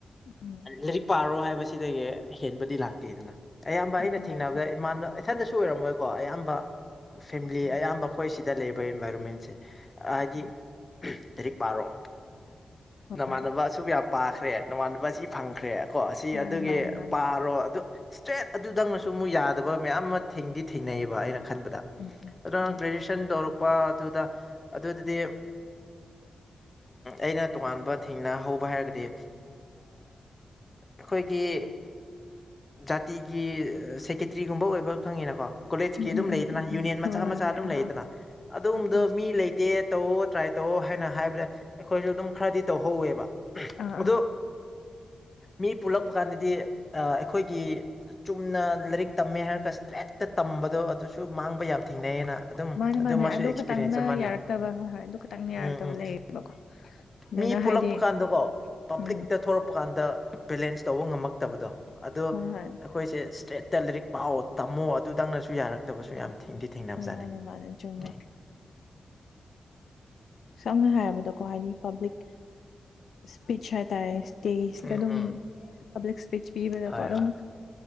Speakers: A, on the left; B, on the left.
A: ꯎꯝ
B: ꯂꯥꯏꯔꯤꯛ ꯄꯥꯔꯣ ꯍꯥꯏꯕꯁꯤꯗꯒꯤ ꯍꯦꯟꯕꯗꯤ ꯂꯥꯛꯇꯦꯗꯅ ꯑꯌꯥꯝꯕ
A: ꯎꯝ
B: ꯑꯩꯅ
A: ꯍꯣꯏ ꯍꯣꯏ
B: ꯊꯦꯡꯅꯕꯗ
A: ꯍꯣꯏ
B: ꯏꯃꯥꯟꯅ ꯏꯊꯟꯇꯁꯨ ꯑꯣꯏꯔꯝꯃꯣꯏꯀꯣ ꯑꯌꯥꯝꯕ ꯐꯦꯃꯤꯂꯤ
A: ꯎꯝ
B: ꯑꯌꯥꯝꯕ ꯑꯩꯈꯣꯏ ꯁꯤ ꯗ ꯂꯩꯕ ꯏꯟꯚꯥꯏꯔꯣꯟꯃꯦꯟꯁꯦ ꯍꯥꯏꯗꯤ
A: ꯎꯝ
B: ꯂꯥꯏꯔꯤꯛ ꯄꯥꯔꯣ
A: ꯍꯣꯏ
B: ꯅꯃꯥꯟꯅꯕ ꯑꯁꯨ ꯌꯥꯝ ꯄꯥꯈ꯭ꯔꯦ ꯅꯃꯥꯟꯅꯕ ꯑꯁꯤ ꯐꯪꯈ꯭ꯔꯦ ꯀꯣ ꯁꯤ
A: ꯃꯥꯅꯦ
B: ꯑꯗꯨꯒꯤ
A: ꯃꯥꯅꯦ ꯃꯥꯅꯦ
B: ꯄꯥꯔꯣ ꯑꯗꯨ ꯏꯁꯇ꯭ꯔꯦꯠ ꯑꯗꯨꯗꯪꯅꯁꯨ ꯑꯃꯨꯛ ꯌꯥꯗꯕ ꯃꯌꯥꯝ ꯑꯃ ꯊꯦꯡꯗꯤ ꯊꯦꯡꯅꯩꯑꯕ ꯑꯩꯅ ꯈꯟꯕꯗ
A: ꯎꯝ
B: ꯑꯗꯨꯅ
A: ꯍꯣꯏ
B: ꯒ꯭ꯔꯦꯖꯨꯑꯌꯦꯁꯟ ꯇꯧꯔꯛꯄ ꯑꯗꯨꯗ ꯑꯗꯨꯗꯗꯤ ꯑꯩꯅ ꯇꯣꯉꯥꯟꯕ ꯊꯦꯡꯅ ꯍꯧꯕ ꯍꯥꯏꯔꯒꯗꯤ ꯑꯩꯈꯣꯏꯒꯤ ꯖꯥꯇꯤꯒꯤ ꯁꯦꯀꯦꯇ꯭ꯔꯤꯒꯨꯝꯕ ꯑꯣꯏꯕ ꯈꯪꯉꯤꯅꯀꯣ ꯀꯣꯂꯦꯖ
A: ꯎꯝ
B: ꯀꯤ ꯑꯗꯨꯝ
A: ꯎꯝ ꯎꯝ
B: ꯂꯩꯗꯅ
A: ꯎꯝ
B: ꯌꯨꯅꯤꯌꯟ
A: ꯎꯝ
B: ꯃꯆꯥ
A: ꯍꯣꯏ ꯍꯣꯏ
B: ꯃꯆꯥ
A: ꯍꯣꯏ
B: ꯑꯗꯨꯝ
A: ꯑꯥ
B: ꯂꯩꯗꯅ
A: ꯑꯥ
B: ꯑꯗꯨꯒꯨꯝꯕꯗꯣ
A: ꯑꯥ
B: ꯃꯤ ꯂꯩꯇꯦ ꯇꯧꯑꯣ ꯇ꯭ꯔꯥꯏ ꯇꯧꯑꯣ ꯍꯥꯏꯅ ꯍꯥꯏꯕꯗ ꯑꯩꯈꯣꯏꯁꯨ ꯑꯗꯨꯝ ꯈꯔꯗꯤ ꯇꯧꯍꯧꯋꯦꯕ
A: ꯑꯥ
B: ꯑꯗꯨ
A: ꯑꯥ
B: ꯃꯤ ꯄꯨꯜꯂꯛꯄ ꯀꯥꯟꯗꯗꯤ ꯑꯩꯈꯣꯏꯒꯤ ꯆꯨꯝꯅ ꯂꯥꯏꯔꯤꯛ ꯇꯝꯃꯦ ꯍꯥꯏꯔꯒ ꯏꯁꯇ꯭ꯔꯦꯠꯇ ꯇꯝꯕꯗꯣ ꯑꯗꯨꯁꯨ ꯃꯥꯡꯕ ꯌꯥꯝ ꯊꯦꯡꯅꯩꯑꯌꯦꯅ ꯑꯗꯨꯝ
A: ꯃꯥꯅꯦ
B: ꯑꯗꯨ
A: ꯃꯥꯅꯦ
B: ꯑꯃꯁꯁꯨ ꯑꯦꯛꯁꯄꯤꯔꯤꯌꯦꯟꯁ
A: ꯈꯇꯪꯅ
B: ꯑꯃꯅꯦ
A: ꯌꯥꯔꯛꯇꯕ ꯍꯣꯏ ꯍꯣꯏ ꯑꯗꯨ ꯈꯇꯪꯅ ꯌꯥꯔꯛꯇꯕ
B: ꯎꯝ ꯎꯝ
A: ꯂꯩꯌꯦꯕꯀꯣ ꯑꯗꯨꯅ
B: ꯃꯤ ꯄꯨꯜꯂꯛꯄ
A: ꯍꯥꯏꯗꯤ
B: ꯀꯥꯟꯗꯀꯣ ꯄꯕ꯭ꯂꯤꯛꯇ
A: ꯎꯝ
B: ꯊꯂꯛꯄ ꯀꯥꯟꯗ ꯕꯦꯂꯦꯟꯁ ꯇꯧꯕ ꯉꯝꯃꯛꯇꯕꯗꯣ ꯑꯗꯣ
A: ꯍꯣꯏ ꯍꯣꯏ
B: ꯑꯩꯈꯣꯏꯁꯦ ꯏꯁꯇ꯭ꯔꯦꯠ ꯂꯥꯏꯔꯤꯛ ꯄꯥꯎꯑꯣ ꯇꯝꯃꯣ ꯑꯗꯨꯗꯪꯅꯁꯨ ꯌꯥꯔꯛꯇꯕꯁꯨ ꯌꯥꯝ ꯊꯦꯡꯗꯤ ꯊꯦꯡꯅꯕꯖꯥꯠꯅꯦ
A: ꯃꯥꯅꯦ ꯃꯥꯅꯦ ꯆꯨꯝꯃꯦ
B: ꯎꯝ
A: ꯁꯝꯅ ꯍꯥꯏꯔꯕꯗꯀꯣ ꯍꯥꯏꯗꯤ ꯄꯕ꯭ꯂꯤꯛ ꯏꯁ꯭ꯄꯤꯆ ꯍꯥꯏꯇꯥꯔꯦ ꯇ ꯏꯁꯇ
B: ꯎꯝ
A: ꯑꯗꯨꯝ
B: ꯎꯝ
A: ꯄꯕ꯭ꯂꯤꯛ ꯏꯁꯄꯤꯆ ꯄꯤꯕꯗꯀꯣ
B: ꯍꯣꯏ
A: ꯑꯗꯨꯝ
B: ꯍꯣꯏ